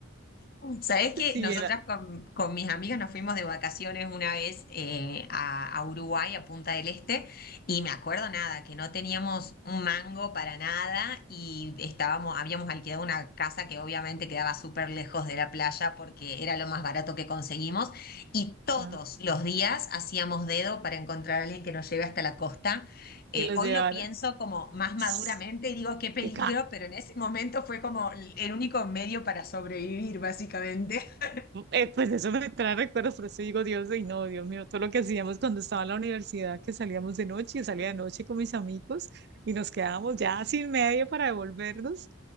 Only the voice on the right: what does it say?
Sí,
era
ah,
que los
llevara.
<sniffs>
Te
Eh, pues eso me trae recuerdos, por eso digo, Dios, y no, Dios mío, todo lo que hacíamos cuando estaba en la universidad, que salíamos de noche, yo salía de noche con mis amigos y nos quedábamos ya sin medio para devolvernos.